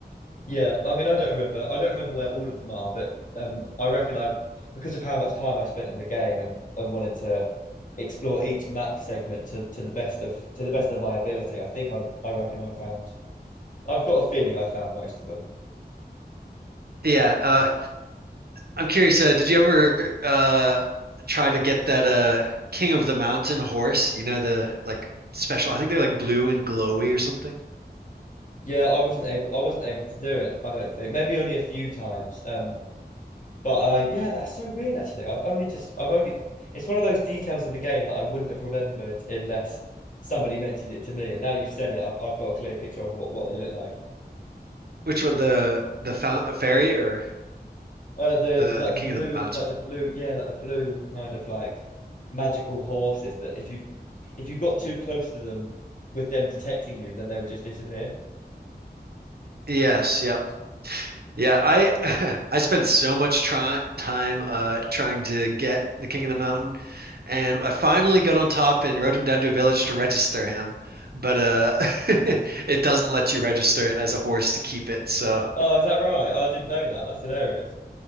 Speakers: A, on the left; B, on the right.
A: Yeah, I mean, I don't remember. I don't remember where all of them are, but um, I reckon I, because of how much time I spent in the game and and wanted to explore each map segment to to the best of to the best of my ability, I think I I reckon I found. I've got a feeling I found most of them.
B: Yeah, uh I'm curious, uh, did you ever uh try to get that uh King of the Mountain horse? You know, the like special, I think they're like blue and glowy or something.
A: Yeah, I wasn't able. I wasn't able to do it. I don't think. Maybe only a few times. Um, but uh, yeah, that's so weird. Actually, I've only just. I've only. It's one of those details of the game that I wouldn't have remembered unless somebody mentioned it to me. And now you've said it, I've I've got a clear picture of what what they look like.
B: Which one, the the fou- fairy or
A: Uh, the
B: the
A: like the
B: King
A: blue,
B: of the Mountain?
A: like the blue, yeah, like the blue kind of like magical horses that if you if you got too close to them with them detecting you, then they would just disappear.
B: Yes, yep. Yeah, I <laughs> I spent so much try time uh trying to get the King of the Mountain and I finally got on top and rode him down to a village to register him. But uh <laughs> it doesn't let you register it as a horse to keep it, so
A: Oh, is that right? Oh, I didn't know that. That's hilarious.